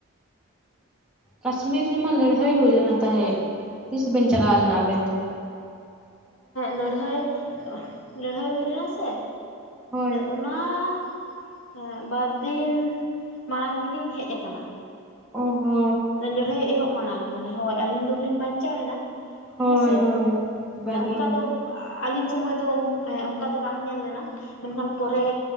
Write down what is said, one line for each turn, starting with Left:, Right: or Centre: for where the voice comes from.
Centre: ᱠᱟᱥᱢᱤᱨ ᱨᱮᱢᱟ ᱞᱟᱹᱲᱦᱟᱹᱭ ᱦᱩᱭ ᱞᱮᱱᱟ ᱛᱟᱦᱮᱸᱫ ᱛᱤᱥ ᱵᱮᱱ ᱪᱟᱞᱟᱣ ᱞᱮᱱᱟ ᱟᱵᱮᱱ ᱫᱚ?
Left: ᱞᱟᱹᱲᱦᱟᱹᱭ ᱞᱟᱹᱲᱦᱟᱹᱭ ᱦᱩᱭ ᱞᱮᱱᱟ ᱥᱮ
Centre: ᱦᱳᱭ
Left: ᱚᱱᱟ ᱼᱼ ᱚᱱᱟ ᱵᱟᱨ ᱫᱤᱱ ᱢᱟᱲᱟᱝ ᱜᱮᱞᱤᱧ ᱦᱮᱡ ᱟᱠᱟᱱᱟ᱾
Centre: ᱚ ᱦᱚᱻ
Left: ᱞᱟᱹᱲᱦᱟᱹᱭ ᱮᱦᱚᱵ ᱢᱟᱲᱟᱝ ᱢᱟᱱᱮ ᱦᱳᱭ ᱟᱹᱞᱤᱧ ᱫᱚ ᱞᱤᱧ ᱵᱟᱧᱪᱟᱣᱮᱱᱟ
Centre: ᱦᱳᱭ
Left: ᱦᱮᱸᱥᱮ
Centre: ᱦᱳᱭ
Left: ᱢᱟᱱᱮ
Centre: ᱵᱟᱹᱜᱤᱱᱟᱢ
Left: ᱚᱱᱠᱟ ᱫᱚ ᱼᱼ ᱟᱹᱞᱤᱧ ᱥᱚᱢᱚᱭ ᱫᱚ ᱚᱱᱠᱟ ᱫᱚ ᱵᱟᱝ ᱧᱮᱞ ᱞᱮᱱᱟ᱾ ᱢᱮᱱᱠᱷᱟᱱ ᱯᱚᱨᱮ